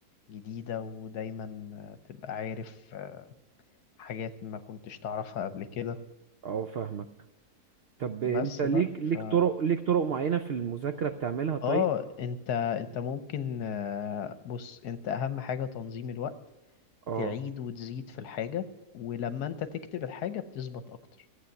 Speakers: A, on the left; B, on the right.
A: جديدة ودايما آه، تبقى عارف آه، حاجات ما كنتش تعرفها قبل كده
B: اه فاهمك طب انت
A: بس
B: ليك
A: بقى
B: ليك
A: ف
B: طرق ليك طرق معينه في المذاكره بتعملها طيب
A: اه انت انت ممكن آه، بص انت اهم حاجة تنظيم الوقت
B: اه
A: تعيد وتزيد في الحاجة ولما انت تكتب الحاجة بتثبت اكتر